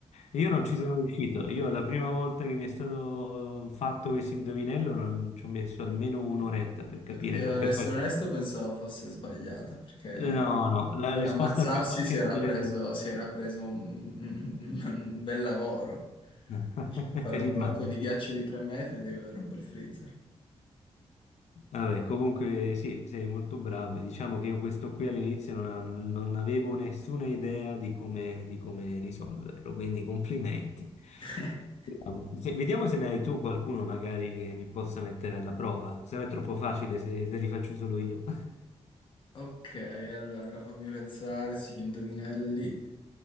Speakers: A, on the left; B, on the left.
A: Io non ci sono riuscito, io la prima volta che mi è stato fatto questo indovinello non ci ho messo almeno un'oretta per capire,
B: Io,
A: perché
B: ad essere
A: poi...
B: onesto, pensavo fosse sbagliata perché.
A: No, no, la
B: Per
A: risposta
B: ammazzarsi
A: più facile
B: si era
A: sarebbe...
B: preso, si era preso un, un- un bel lavoro.
A: <laughs>
B: Diceva, fare un
A: Immagino.
B: blocco di ghiaccio di tre metri deve avere un bel freezer.
A: Vabbè, comunque sì, sei molto bravo. Diciamo che io questo qui all'inizio non, non avevo nessuna idea di come, di come risolverlo, quindi complimenti.
B: <laughs>
A: Vediamo. Se, vediamo se ne hai tu qualcuno magari che mi possa mettere alla prova, se no è troppo facile se, se li faccio solo io. <laughs>
B: Ok, allora fammi pensare, sugli indovinelli.